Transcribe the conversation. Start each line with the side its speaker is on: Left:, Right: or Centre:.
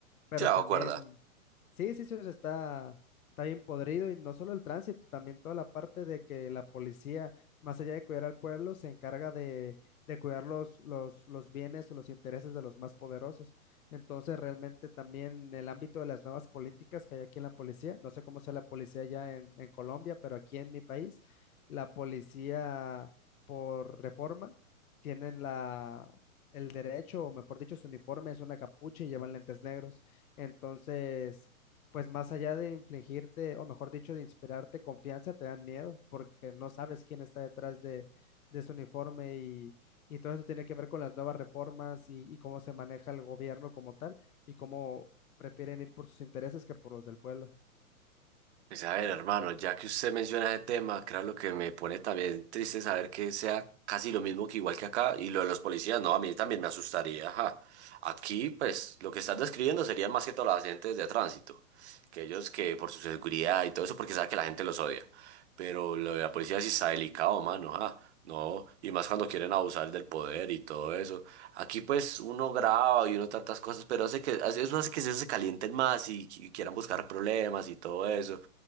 Left: pero
Right: chao
Left: también
Right: acuerda.
Left: Sí, sí, sí, o sea, está, está bien podrido y no solo el tránsito, también toda la parte de que la policía, más allá de cuidar al pueblo, se encarga de, de cuidar los, los, los bienes o los intereses de los más poderosos. Entonces, realmente también en el ámbito de las nuevas políticas que hay aquí en la policía, no sé cómo sea la policía ya en, en Colombia, pero aquí en mi país, la policía por reforma tienen la... el derecho, o mejor dicho, su uniforme es una capucha y llevan lentes negros. Entonces, pues más allá de infligirte, o mejor dicho, de inspirarte confianza, te dan miedo porque no sabes quién está detrás de, de ese uniforme y, y todo eso tiene que ver con las nuevas reformas y, y cómo se maneja el gobierno como tal y cómo prefieren ir por sus intereses que por los del pueblo.
Right: Pues a ver, hermano, ya que usted menciona ese tema, claro, lo que me pone también triste es saber que sea casi lo mismo que igual que acá y lo de los policías, no, a mí también me asustaría, ajá. Aquí, pues, lo que estás describiendo serían más que todo los agentes de tránsito, que ellos que por su seguridad y todo eso, porque sabe que la gente los odia. Pero lo de la policía sí está delicado, mano, ajá. No, y más cuando quieren abusar del poder y todo eso. Aquí pues uno graba y uno tantas cosas, pero hace que, hace- eso hace que se se calienten más y, y quieran buscar problemas y todo eso.